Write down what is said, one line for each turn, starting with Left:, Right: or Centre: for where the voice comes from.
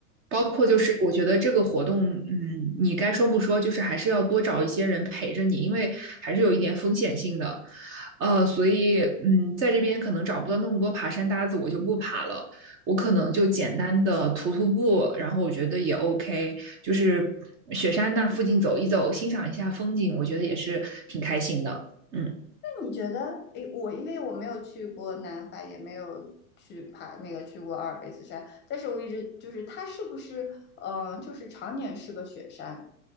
Right: 包括就是我觉得这个活动，
Left: 嗯。
Right: 嗯，你该说不说，就是还是要多找一些人陪着你，因为还是有一点风险性的。呃，所以嗯，在这边可能找不到那么多爬山搭子，我就不爬了。我可能就简单的徒徒步，然后我觉得也 OK，就是雪山那附近走一走，欣赏一下风景，我觉得也是挺开心的。嗯，
Left: 你觉得，诶，我因为我没有去过南法，也没有去爬那个去过阿尔卑斯山，但是我一直就是它是不是，呃，就是常年是个雪山，